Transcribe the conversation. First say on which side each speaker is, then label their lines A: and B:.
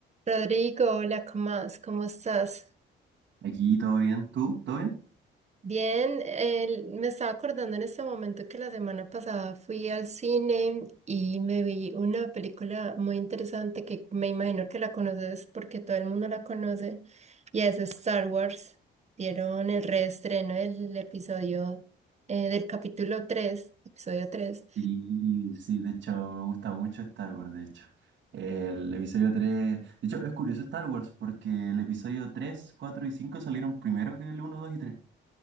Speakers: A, on the right; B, on the right.
A: Rodrigo, hola, ¿cómo más? ¿Cómo estás?
B: Aquí todo bien, ¿tú? ¿Todo bien?
A: Bien, el- me estaba acordando en este momento que la semana pasada fui al cine y me vi una película muy interesante que me imagino que la conoces porque todo el mundo la conoce y es Star Wars. Dieron el reestreno del episodio, eh, del capítulo 3, episodio 3.
B: Sí, sí, de hecho me gusta mucho Star Wars, de hecho. El episodio 3, de hecho es curioso Star Wars porque el episodio 3, 4 y 5 salieron primero que el uno, 2 y 3.